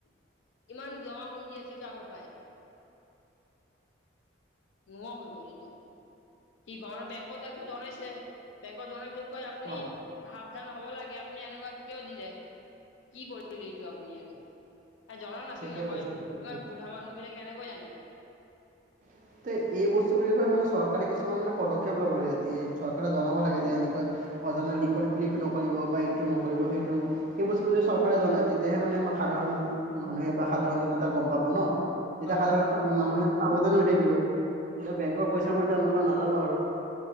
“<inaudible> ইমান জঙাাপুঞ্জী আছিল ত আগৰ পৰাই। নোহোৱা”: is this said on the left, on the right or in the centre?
Left